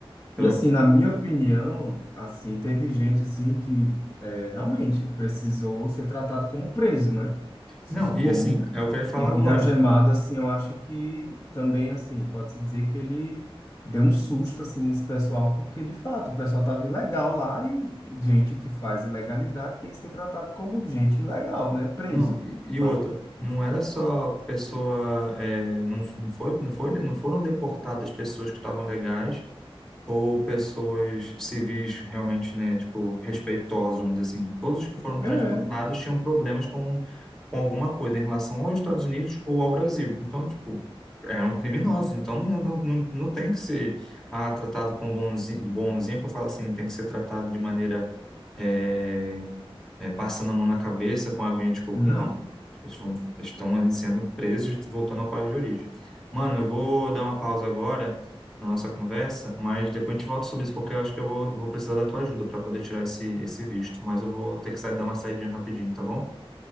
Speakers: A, in the centre; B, on the left (about 35°).
A: então
B: E assim,
A: eu
B: na minha opinião, assim, teve gente assim que é, realmente precisou ser tratado como preso, né? Isso
A: Não, e
B: como
A: assim, é o que eu ia falar
B: e vir
A: agora.
B: algemado, assim, eu acho que também assim, pode-se dizer que ele deu um susto assim nesse pessoal, porque de fato o pessoal tava ilegal lá e e gente que faz ilegalidade tem que ser tratado como gente ilegal, né? Preso.
A: Não, e, e
B: Então,
A: outra, não era só pessoa, é, não, não foi, não foi, não foram deportadas pessoas que estavam legais ou pessoas civis realmente, né, tipo, respeitosas, vamos dizer assim. Todos os que foram
B: é.
A: transportados tinham problemas com, com alguma coisa em relação aos Estados Unidos ou ao Brasil. Então, tipo, eram criminosos.
B: Isso.
A: Então, não, não, não, não tem que ser, ah, tratado com bonzinho, bonzinho, que eu falo assim, tem que ser tratado de maneira é, é, passando a mão na cabeça com a aguinha de coco.
B: Não.
A: Não. Eles vão- estão ali sendo presos e voltando ao país de origem. Mano, eu vou dar uma pausa agora na nossa conversa, mas depois a gente volta sobre isso, porque eu acho que eu vou, vou precisar da tua ajuda para poder tirar esse, esse visto. Mas eu vou ter que sair, dar uma saidinha rapidinho, tá bom?